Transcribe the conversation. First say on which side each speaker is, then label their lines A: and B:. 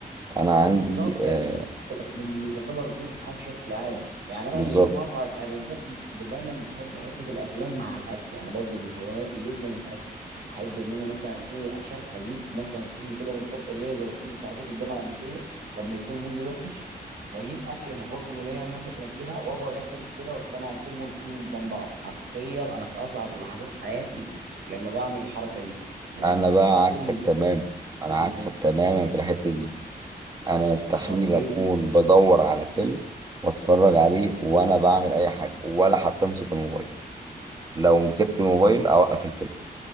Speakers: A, on the right; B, on the right.
A: انا عندي
B: بالظبط
A: آه
B: من يعتبر روتين الحياه بشكل عام يعني انا
A: بالظبط
B: من غير ما اقطعك انا دايما دايما بحب حته الافلام مع الاكل يعني برضو من هواياتي جدا الاكل احب ان انا مثلا ايه أشغل اجيب مثلا فيلم كده مفضل ليا زي فيلم صعيدي في الجامعه الامريكيه لما يكون مودي وحش واجيب اكل مفضل ليا مثلا كده واقعد اكل كده واستمع الفيلم والاتنين قدام بعض حرفيا انا في اصعب لحظات حياتي لما بعمل الحركه دي لانها
A: انا
B: بتفصلني
A: بقى عكسك
B: جامد
A: تماما انا
B: عن
A: عكسك
B: ال-
A: تماما في الحتة دي انا يستحيل
B: آه، ليه
A: اكون بدور على فيلم واتفرج عليه وانا بعمل اي حاجة ولا حتى امسك الموبايل لو مسكت الموبايل اوقف الفيلم